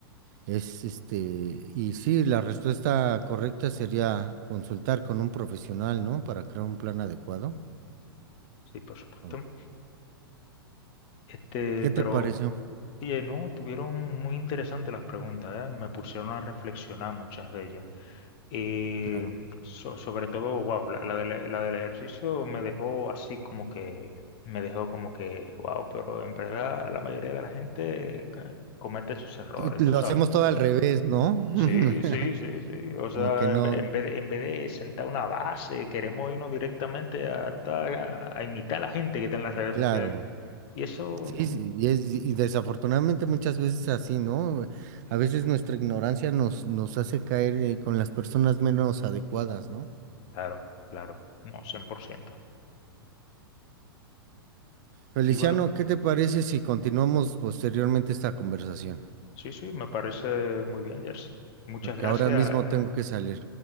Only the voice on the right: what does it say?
Es este, y sí, la respuesta correcta sería consultar con un profesional, ¿no? Para crear un plan adecuado.
¿O
¿Qué
te pareció?
Claro.
Tú- tú
Lo
hacemos todo al revés, ¿no? <laughs>
Como que no,
claro.
Sí,
sí, y, es- y desafortunadamente muchas veces así, ¿no? A veces nuestra ignorancia nos, nos hace caer eh, con las personas menos adecuadas, ¿no?
Feliciano,
¿qué te parece si continuamos posteriormente esta conversación?
Porque
ahora mismo tengo que salir.